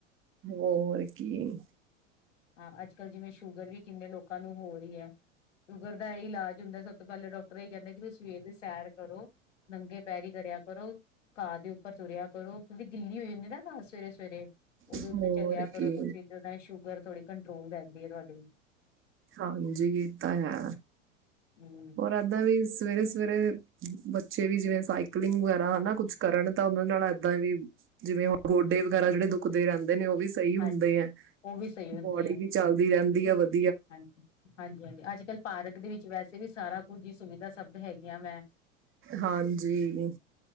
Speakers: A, on the right; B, on the left.
A: ਹੋਰ ਕੀ
B: ਹਾਂ ਅੱਜ ਕੱਲ ਜਿਵੇਂ ਸ਼ੂਗਰ ਵੀ ਕਿੰਨੇ ਲੋਕਾਂ ਨੂੰ ਹੋ ਰਹੀ ਹੈ ਸ਼ੂਗਰ ਦਾ ਇਹ ਇਲਾਜ ਹੁੰਦਾ ਸਭ ਤੋਂ ਪਹਿਲਾਂ ਡਾਕਟਰ ਇਹੀ ਕਹਿੰਦਾ ਕਿ ਤੁਸੀਂ ਸਵੇਰ ਦੇ ਸੈਰ ਕਰੋ ਨੰਗੇ ਪੈਰੀ ਕਰਿਆ ਕਰੋ ਘਾਹ ਦੇ ਉੱਪਰ ਤੁਰਿਆ ਕਰੋ ਕਿਉੰਕਿ ਗਿੱਲੀ ਹੋ ਜਾਂਦੀ ਨਾ ਸਵੇਰੇ ਸਵੇਰੇ ਉਹਦੇ ਉੱਤੇ
A: ਹੋਰ
B: ਚੱਲਿਆ ਕਰੋ
A: ਕੀ
B: ਤੁਸੀਂ ਤੇ ਉਹ ਸ਼ੂਗਰ ਥੋੜ੍ਹੀ ਕੰਟਰੋਲ ਰਹਿੰਦੀ ਹੈ ਤੁਹਾਡੀ
A: ਹਾਂਜੀ ਇਹ ਤਾਂ ਹੈ
B: ਹਮ
A: ਉਹ ਇਦਾ ਵੀ ਸਵੇਰੇ ਸਵੇਰੇ ਸਵੇਰੇ ਬੱਚੇ ਵੀ ਜਿਵੇਂ ਸਾਈਕਲਿੰਗ ਵਗੈਰਾ ਹਨਾ ਕੁੱਛ ਕਰਨ ਤਾਂ ਉਹਨਾਂ ਨਾਲ ਇੱਦਾਂ ਵੀ ਜਿਵੇਂ ਹੁਣ ਗੋਡੇ ਵਗੈਰਾ ਜਿਹੜੇ ਦੁਖਦੇ ਰਹਿੰਦੇ ਨੇ ਉਹ ਵੀ ਸਹੀ ਹੁੰਦੇ
B: ਹਾਂਜੀ
A: ਆ
B: ਉਹ ਵੀ ਸਹੀ ਹੁੰਦੇ
A: ਬੋਡੀ
B: ਆ
A: ਵੀ ਚਲਦੀ ਰਹਿੰਦੀ ਵਧੀਆ
B: ਹਾਂਜੀ ਹਾਂਜੀ ਹਾਂਜੀ ਅੱਜ ਕੱਲ੍ਹ ਪਾਰਕ ਦੇ ਵਿੱਚ ਵੈਸੇ ਵੀ ਸਾਰਾ ਕੁੱਝ ਹੀ ਸੁਵਿਧਾ ਸ਼ਬਦ ਹੈਗੀਆਂ ਵੈ
A: ਹਾਂਜੀ